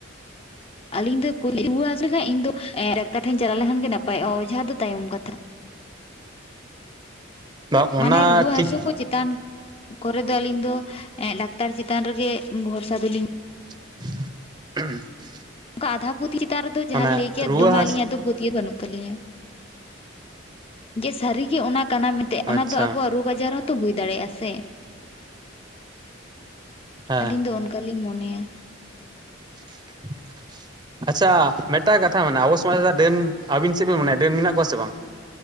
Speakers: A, on the left; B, on the right.
A: ᱟᱞᱤᱧ ᱫᱚ ᱨᱩᱣᱟᱹ ᱦᱟᱹᱥᱩ <unintelligible> ᱤᱧ ᱫᱚ ᱮᱸ ᱰᱟᱠᱛᱟᱨ ᱴᱷᱮᱱ ᱪᱟᱞᱟᱣ ᱞᱮᱱᱠᱷᱟᱱ ᱜᱮ ᱱᱟᱯᱟᱭᱚᱜ-ᱟ, ᱚᱡᱷᱟ ᱫᱚ ᱛᱟᱭᱚᱢ ᱠᱟᱛᱷᱟ᱾
B: ᱵᱟᱝ
A: ᱢᱟᱱᱮ
B: ᱚᱱᱟ
A: ᱨᱩᱶᱟᱹ
B: ᱴᱷᱤᱠ
A: ᱦᱟᱹᱥᱩ ᱠᱚ ᱪᱮ ᱛᱟᱱ ᱠᱚᱨᱮ ᱫᱚ ᱟᱹᱞᱤᱧ ᱫᱚ ᱮᱸ ᱰᱟᱠᱛᱟᱨ ᱪᱮᱛᱟᱱ ᱨᱮᱜᱮ ᱵᱷᱚᱨᱥᱟ ᱫᱚᱞᱤᱧ
B: <inaudible>
A: ᱚᱠᱟ ᱟᱫᱷᱟ ᱯᱟᱹᱛᱭ ᱪᱮᱛᱟᱱ ᱨᱮᱫᱚ ᱡᱟᱦᱟᱸ
B: ᱢᱟᱱᱮ
A: ᱞᱤᱧ ᱞᱟᱹᱭ ᱠᱮᱫ
B: ᱨᱩᱣᱟᱹ
A: ᱫᱚᱢᱮ
B: ᱦᱟᱥ
A: ᱟᱹᱞᱤᱧᱟᱜ ᱫᱚ ᱯᱟᱹᱛᱭᱟᱹᱣ ᱫᱚ ᱵᱟᱹᱱᱩᱜ ᱛᱟᱹᱤᱧ-ᱟ᱾ ᱜᱮ ᱥᱟᱹᱨᱤᱜᱮ ᱚᱱᱟ ᱠᱟᱱᱟ ᱢᱮᱱᱛᱮ ᱚᱱᱟ
B: ᱟᱪᱪᱷᱟ
A: ᱫᱚ ᱟᱵᱚᱣᱟᱜ ᱨᱳᱜᱽ ᱟᱡᱟᱨ ᱦᱚᱸ ᱛᱚ ᱦᱩᱭ ᱫᱟᱲᱮᱭᱟᱜ-ᱟ ᱥᱮ,
B: ᱦᱮᱸ
A: ᱟᱹᱞᱤᱧ ᱫᱚ ᱠᱟ ᱞᱤᱞ ᱢᱚᱱᱮᱭᱟ᱾
B: <inaudible> ᱟᱪᱪᱷᱟ ᱢᱮᱫᱴᱟᱝ ᱠᱟᱛᱷᱟ ᱢᱮᱱᱟᱜᱟ ᱟᱵᱚ ᱥᱚᱢᱟᱡᱽ ᱨᱮ ᱰᱟᱹᱱ ᱟᱹᱵᱤᱱ ᱪᱮᱫ ᱵᱤᱱ ᱢᱚᱱᱮᱭᱟ ᱰᱟᱹᱱ ᱢᱮᱱᱟᱜ ᱠᱚᱣᱟ ᱥᱮ ᱵᱟᱝ?